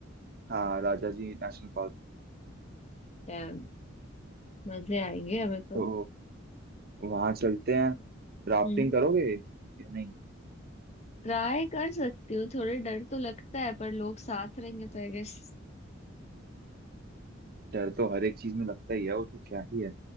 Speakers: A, on the right; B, on the left.
A: हाँ राजा जी नेशनल पार्क
B: डैम मजे आएंगे हमें तो
A: तो वहां चलते हैं राफ्टिंग
B: हम्म
A: करोगे या नहीं
B: ट्राई कर सकती हूँ थोड़े डर तो लगता है पर लोग साथ रहेंगे तो आई गेस
A: डर तो हर एक चीज में लगता ही है वो तो क्या ही है